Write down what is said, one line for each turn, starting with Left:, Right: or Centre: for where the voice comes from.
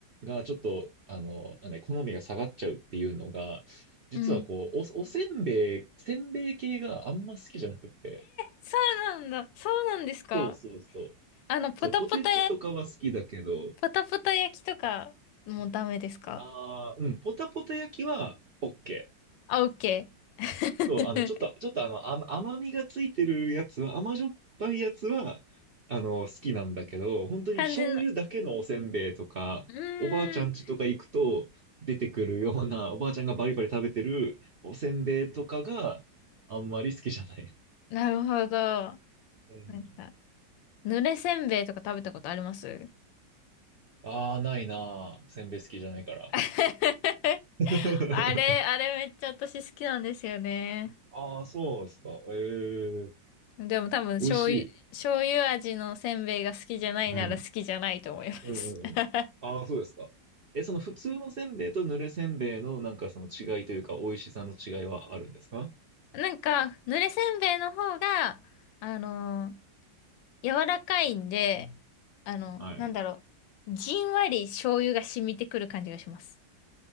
Right: がちょっと、あの、なんだ、好みが下がっちゃうっていうのが、実はこう、
Left: うん。
Right: お、おせんべい、せんべい系があんま好きじゃなくて。
Left: そうなんだ。そうなんですか
Right: そうそうそう。
Left: あの、ポタポタ、
Right: そう、ポテチとかは好きだけど、
Left: ポタポタ焼きとかもうダメですか
Right: ああ、うん、ポタポタ焼きは OK。
Left: あ、オッケー。
Right: そう、あの、ちょっと、ちょっとあの、甘甘みがついてるやつは、甘じょっぱいやつは、あの、好きなんだけど、
Left: <laughs>
Right: 本当に醤油だけのおせんべいとか、
Left: 完全な。うーん。
Right: おばあちゃん家とか行くと出てくるような、おばあちゃんがバリバリ食べてるおせんべいとかがあんまり好きじゃない。
Left: なるほど。
Right: うん。
Left: なんか、濡れせんべいとか食べたことあります
Right: ああ、ないなあ。せんべい好きじゃないから。
Left: <laughs>
Right: <laughs>
Left: あれ、あれめっちゃ私好きなんですよね。
Right: ああ、そうですか。ええ
Left: でも多分醤油、
Right: 美味しい。
Left: 醤油味のせんべいが好きじゃないなら好きじゃないと思います。
Right: うん。うんうんうん。
Left: <laughs>
Right: ああ、そうですか。え、その普通のせんべいとぬれせんべいのなんかその違いというか美味しさの違いはあるんですか
Left: なんか、濡れせんべいの方が、あのー柔らかいんで、あの、
Right: はい。
Left: なんだろう、じんわり醤油が染みてくる感じがします。